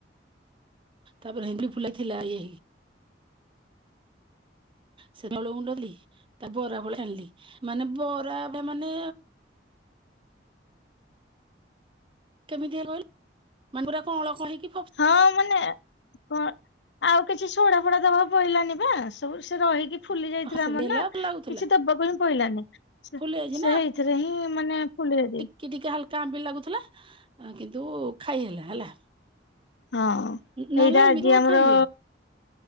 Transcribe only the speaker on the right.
ତାପରେ ହେନ୍ଦୁଲି ଫୁଲାଇଥିଲା ଇଏ ସେତ ବେଳକୁ ମୁଁ ଡରିଲି ତା ବରା ଫଳି ଆଣିଲି ମାନେ ବରା ଏବେ ମାନେ। କେମିତିଆ କହିଲୁ ମାଙ୍ଗୁରା କଆଁଳ କହିକି।
ସେମିତି
ହେଲା
ଲାଗୁଥିଲା
ଫୁଲି ଯାଇଛି
କି ଟିକେ ହାଲକା ଆମ୍ବଲି ଲାଗୁଥିଲା କିନ୍ତୁ ଖାଇ ହେଲା ହେଲା।
ନହେଲେ
ଏମିତି
କରିଥାନ୍ତୁ